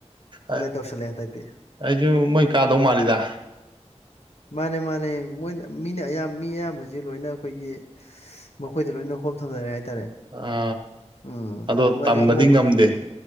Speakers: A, on the right; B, on the left.
A: ꯑ
B: ꯇꯧꯁꯜꯂꯦ ꯍꯟꯗꯛꯇꯤ
A: ꯑꯩꯁꯨ ꯃꯣꯏ ꯀꯥꯗꯧ ꯃꯥꯜꯂꯤꯗ
B: ꯃꯥꯅꯦ ꯃꯥꯅꯦ ꯃꯣꯏꯅ ꯃꯤꯅ ꯑꯌꯥꯝ ꯃꯤ ꯑꯌꯥꯝꯕꯖꯤ ꯂꯣꯏꯅ ꯑꯩꯈꯣꯏꯒꯤ ꯃꯈꯣꯏꯗ ꯂꯣꯏꯅ ꯍꯣꯞ ꯊꯝꯅꯔꯦ ꯍꯥꯏꯇꯥꯔꯦ
A: ꯑ
B: ꯎꯝ
A: ꯑꯗꯣ
B: ꯑꯃꯁꯨ
A: ꯇꯝꯕꯗꯤ
B: ꯑꯉꯧꯕꯗꯨꯗꯤ
A: ꯉꯝꯗꯦ